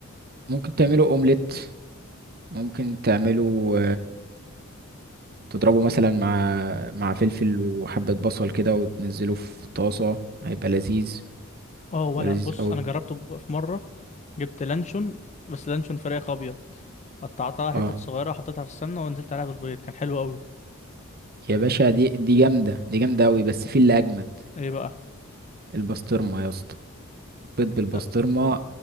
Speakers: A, on the right (about 45°); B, on the left (about 30°).
A: ممكن تعمله اومليت ممكن تعمله تضربه مثلا مع مع فلفل وحبة بصل كده وتنزله في طاسة هيبقى لذيذ
B: اه ولا
A: هيبقى لذيذ
B: بص
A: قوي
B: انا جربته ب- في مره جبت لانشون بس لانشون فراخ ابيض قطعتها حتت
A: اه
B: صغيره حطيتها في السمنه ونزلت عليها بالبيض كان حلو قوي
A: يا باشا دي دي جامدة دي جامدة قوي بس في اللي أجمد
B: ايه بقى
A: البسطرمة يا اسطى بيض بالبسطرمة
B: تصدق